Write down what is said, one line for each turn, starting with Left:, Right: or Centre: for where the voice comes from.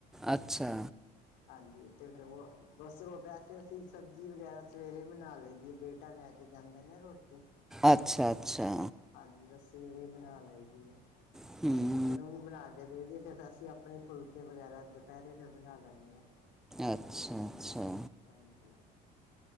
Centre: ਅੱਛਾ।
Left: ਹਾਂਜੀ, ਤੇ ਫਿਰ ਵੈਸੇ ਅਸੀਂ, ਸਬਜ਼ੀ ਵਗੈਰਾ ਸਵੇਰੇ ਬਣਾ ਲਈਦੀ ਹੈ ਬੇ। ਟਾ ਲੈ ਕੇ ਜਾਂਦਾ ਨਾ ਰੋਟੀ।
Centre: ਅੱਛਾ-ਅੱਛਾ।
Left: ਹਾਂਜੀ, ਬਸ ਸਵੇਰੇ ਬਣਾ ਲਈਦੀ ਐ।
Centre: <unintelligible>
Left: ਫੇਰ ਉਹਨੂੰ ਬਣਾ ਕੇ ਦੇ ਦੀਏ, ਫਿਰ ਅਸੀਂ ਆਪਣੇ ਫੁਲਕੇ ਵਗੈਰਾ ਦੁਪਹਿਰੇ ਫਿਰ ਬਣਾ ਲੈਂਦੇ ਆ।
Centre: ਅੱਛਾ-ਅੱਛਾ।
Left: ਹਾਂਜੀ।